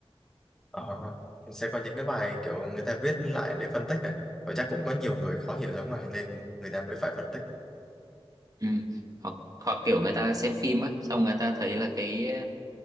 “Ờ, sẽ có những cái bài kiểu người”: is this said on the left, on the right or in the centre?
Centre